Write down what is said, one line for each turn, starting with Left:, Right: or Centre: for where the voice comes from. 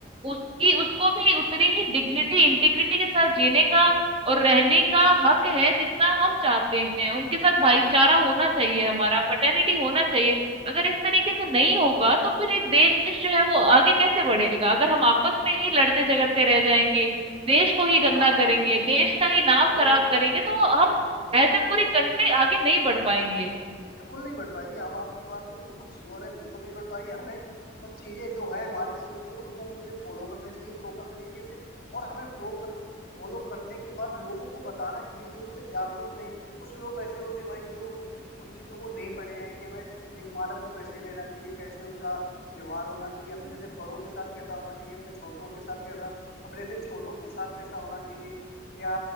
Right: उसकी
Left: हम्म,
Right: उसको भी उतनी ही डिग्निटी इंटीग्रिटी के साथ जीने का और रहने का हक है जितना हम चाहते हैं उनके साथ भाईचारा होना चाहिए हमारा फ्रेटर्निटी होना चाहिए अगर इस तरीके से
Left: बिल्कुल
Right: नहीं
Left: बिल्कुल
Right: होगा तो फिर एक देश जो है वो आगे कैसे बढ़ेगा अगर हम आपस में ही लड़ते झगड़ते रह जाएंगे देश को ही
Left: हाँ
Right: गंदा
Left: हाँ
Right: करेंगे देश का ही नाम
Left: बिल्कुल
Right: खराब करेंगे
Left: बिल्कुल
Right: तो हम
Left: बिल्कुल
Right: एज ए पूरी कंट्री आगे नहीं बढ़ पाएंगे
Left: बिल्कुल नहीं बढ़ पाएगी हम आपकी बात से बिल्कुल श्योर है बिल्कुल नहीं बढ़ पाएगी हमें कुछ चीजें जो है हमारी सिविक्स उनको मुझे फॉलो करने चाहिए प्रॉपर तरीके से और हमें फ्लो कर फॉलो करने के बाद लोगों को बताना चाहिए जो उससे जागरूक नहीं कुछ लोग ऐसे होते हैं भाई जो उनकी उन चीजों को नहीं पढ़े हैं कि हमें एक मानव को कैसे रहना चाहिए कैसे उसका व्यवहार होना चाहिए अपने से बड़ों के साथ कैसा होना चाहिए अपने छोटों के साथ कैसा अपने से छोटों के साथ कैसा होना चाहिए या